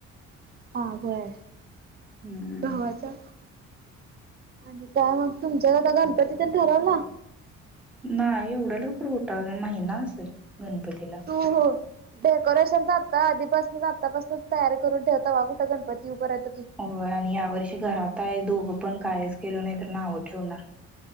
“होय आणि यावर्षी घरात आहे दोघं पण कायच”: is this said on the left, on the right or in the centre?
Centre